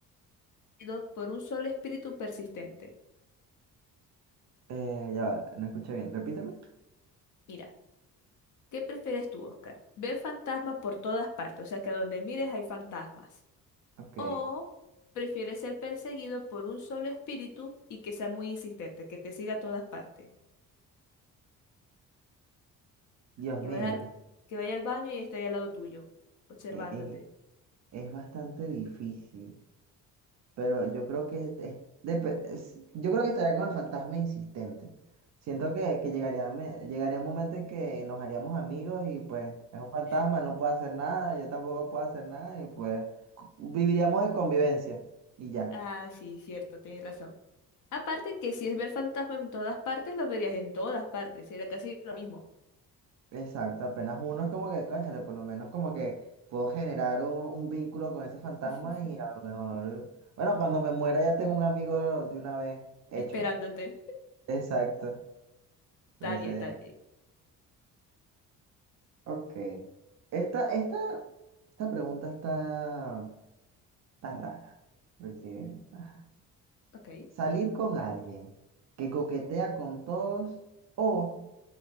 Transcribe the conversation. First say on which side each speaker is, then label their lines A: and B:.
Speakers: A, on the left (about 40°); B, on the right (about 35°).
A: seguido por un solo espíritu persistente?
B: Eh, ya va, no escuché bien. Repíteme.
A: Mira, ¿qué prefieres tú, Oscar? ¿Ver fantasmas por todas partes? O sea, que donde mires hay fantasmas.
B: Ok.
A: ¿O prefieres ser perseguido por un solo espíritu y que sea muy insistente, que te siga a todas partes?
B: Dios mío,
A: que vaya al, que vaya al baño y esté ahí al lado tuyo, observándote.
B: e- e- es bastante difícil, pero yo creo que es- es- depe- es- yo creo que estaría con el fantasma insistente. Siento que, que llegaría, me- llegaría un momento en que nos haríamos amigos y pues es un fantasma,
A: <laughs>
B: no puede hacer nada, yo tampoco puedo hacer nada y pues cu- viviríamos en convivencia y ya.
A: Ah, sí, cierto, tienes razón. Aparte que si es ver fantasma en todas partes, lo verías en todas partes, sería casi lo mismo,
B: Exacto, apenas uno es como que, cónchale, por lo menos como que puedo generar un, un vínculo con ese fantasma
A: <laughs>
B: y a lo mejor, bueno, cuando me muera ya tengo un amigo de una vez hecho.
A: esperándote.
B: Exacto.
A: Está
B: Entonces,
A: bien, está bien.
B: ok. Esta, esta, esta pregunta está, está rara. Porque ah,
A: Ok.
B: salir con alguien que coquetea con todos o